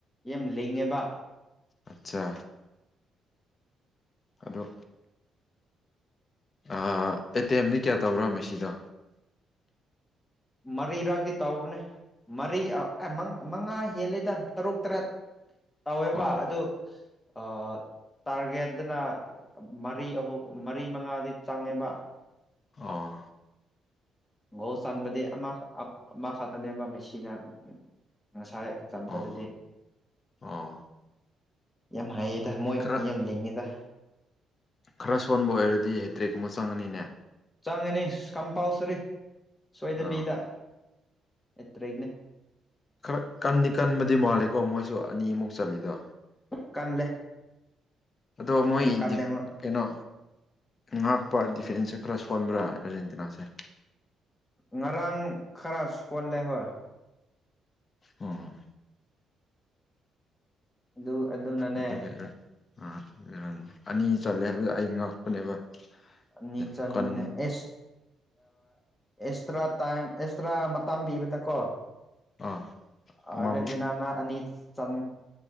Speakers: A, on the left; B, on the left.
A: ꯌꯥꯝ ꯂꯤꯡꯉꯦꯕ꯫
B: ꯑꯠꯆꯥ ꯑꯗꯣ꯫ ꯑꯦꯇꯦꯝꯗꯤ ꯀꯌꯥ ꯇꯧꯔ ꯃꯤꯁꯤꯗꯣ꯫
A: ꯃꯔꯤꯔꯛꯇꯤ ꯇꯥꯎꯕꯅꯦ꯫ ꯃꯔꯤ ꯃꯉꯥ ꯍꯦꯜꯂꯤꯗ ꯇꯔꯨꯛ ꯇꯔꯦꯠ꯫ ꯇꯧꯋꯦꯕ
B: ꯑꯣ
A: ꯑꯗꯨ ꯑ꯫ ꯇꯥꯔꯒꯦꯠꯇꯅ ꯃꯔꯤ ꯑꯍꯨꯝ ꯃꯔꯤ ꯃꯉꯥꯗꯤ ꯆꯪꯉꯦꯕ꯫
B: ꯑꯥ꯫
A: ꯒꯣꯜ ꯆꯥꯟꯕꯗꯤ ꯑꯃ ꯑꯃ ꯈꯛꯇꯅꯦꯕ ꯃꯩꯁꯤꯅ꯫ ꯉꯁꯥꯏ ꯆꯟꯕꯗꯨꯗꯤ꯫
B: ꯑꯣ ꯑꯣ
A: ꯌꯥꯝ ꯍꯥꯏꯌꯦꯗ ꯃꯣꯏ ꯌꯥꯝ
B: ꯈꯔ
A: ꯌꯥꯝ ꯂꯤꯡꯉꯦꯗ꯫
B: ꯈꯔ ꯁꯣꯟꯕ ꯑꯣꯏꯔꯗꯤ ꯍꯦꯇ꯭ꯔꯤꯛ ꯑꯃ ꯆꯪꯉꯅꯤꯅꯦ꯫
A: ꯆꯪꯉꯅꯤ ꯀꯝꯄꯥꯜꯁꯔꯤ ꯁꯣꯏꯗꯕꯤꯗ꯫
B: ꯑꯥ
A: ꯑꯦꯠꯇꯔ꯭ꯦꯛꯅꯦ꯫
B: ꯈꯔ ꯀꯟꯅꯤ ꯀꯟꯕꯗꯤ ꯃꯥꯜꯂꯦꯀꯣ ꯃꯣꯏꯁꯨ ꯑꯅꯤꯃꯨꯛ ꯆꯂꯤꯗ꯫
A: ꯀꯜꯂꯦ
B: ꯑꯗꯣ ꯃꯣꯏꯗꯤ
A: ꯌꯥꯝ ꯀꯜꯂꯦ ꯃꯣꯏ
B: ꯀꯩꯅꯣ ꯉꯥꯛꯄ꯫ ꯐꯦꯟꯁꯦ ꯈꯔ ꯁꯣꯟꯕ꯭ꯔꯥ ꯑꯥꯔꯖꯦꯟꯇꯤꯅꯥꯁꯦ꯫
A: ꯉꯔꯥꯡ ꯈꯔ ꯁꯣꯜꯂꯦ ꯍꯣꯏ꯫
B: ꯎꯝ꯫
A: ꯑꯗꯨ ꯑꯗꯨꯅꯅꯦ꯫
B: ꯑꯗꯨꯒꯤ ꯑꯥ ꯑꯅꯤ ꯆꯜꯂꯦ ꯍꯥꯏꯕꯗꯤ ꯑꯩ ꯉꯛꯄꯅꯦꯕ꯫
A: ꯑꯅꯤꯆꯜ
B: ꯌꯥꯝ ꯀꯟ
A: ꯃ ꯑꯦꯁ꯫ ꯑꯦꯛꯁꯇ꯭ꯔꯥ ꯇꯥꯏꯝ ꯑꯦꯛꯁꯇ꯭ꯔꯥ ꯃꯇꯝ ꯄꯤꯕꯗꯀꯣ꯫
B: ꯑꯥ ꯑꯃꯃꯨꯛ
A: ꯑꯔꯖꯦꯟꯇꯤꯅꯥꯅ ꯑꯅꯤ꯫ ꯆꯟ